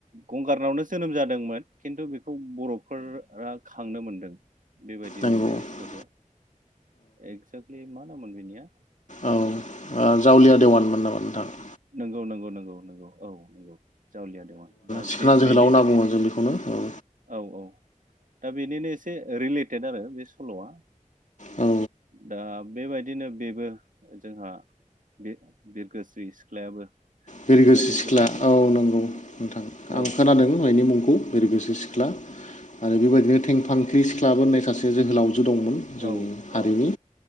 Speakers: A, on the right; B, on the left.
A: गंगारनावनो जोनोम जादोंमोन खिन्थु बेखौ बर'फोरा खांनो मोनदों। बेबायदिमोन
B: नंगौ
A: बेनि
B: औ
A: स्ट'रिया एक्जेक्टलि मा नामोन बेनिया
B: औ जावलिया देवानमोन नामा नोंथां।
A: नंगौ नंगौ नंगौ नंगौ औ नंगौ जावलिया देवान दा
B: सिखोना
A: बे
B: जोहोलाव
A: बेनिजों
B: होनना बुङो जों बेखौनो औ
A: औ औ दा बेनिनो एसे रिलेटेड आरो बे सल'आ
B: औ
A: दा बेबायदिनो बेबो जोंहा बे बिरगोस्रि सिख्लायाबो
B: बेरि
A: बेबायदिनो
B: गोसो सिख्ला
A: गोबां
B: औ नंगौ
A: औ
B: नोंथां आं खोनादो <unintelligible> मुंखौ बिरग्रोसि सिख्ला आरो बेबायदिनो थेंफांख्रि सिख्लाबो होननाय सासे जोहोलावजो दंमोन जोंनि
A: औ
B: हारिनि
A: औ